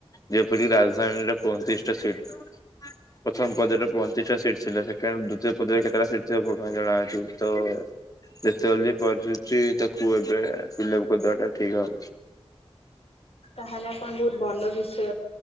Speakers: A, on the left; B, on the left.
A: ଯେପରିକି ରାଜଧାନୀର ପଇଁ ତିରିଶ୍ ଟା ସିଟ୍ ପ୍ରଥମ ପର୍ଯୟର ପଇଁତିରିଶ୍ ଟା ସିଟ୍ ଥିଲା, ସେକେଣ୍ଡ ଦ୍ଵିତୀୟ ପର୍ଯୟରେ କେତେଟା ସିଟ୍ ଥିବ ଭଗବାନ ଜଣାଅଛି ତ ସେ ଚାଲି ପାରୁଛି, ତାକୁ ଏବେ ଫିଲିପ୍ କରିଦବା ଟା ଠିକ୍ ହବ।
B: ତା ହେଲେ ଆପଣ ବୋହୁତ୍ ଭଲ ବିଷୟ